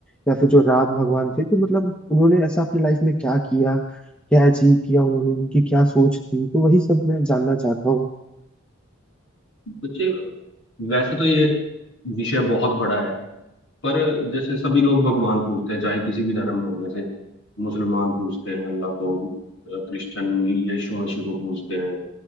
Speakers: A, in the centre; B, on the left (about 65°).
A: या फिर जो राम भगवान थे तो मतलब उन्होंने ऐसा अपनी लाइफ में क्या किया क्या अचीव किया उन्होंने उनकी क्या सोच थी तो वही सब मैं जानना चाहता हूँ
B: बच्चे वैसे तो ये विषय बहुत बड़ा है पर जैसे सभी लोग भगवान पूजते हैं चाहे किसी भी धर्म में हो जैसे मुसलमान पूजते हैं अल्लाह को अ, क्रिश्चियन यीशु मसीह को पूजते हैं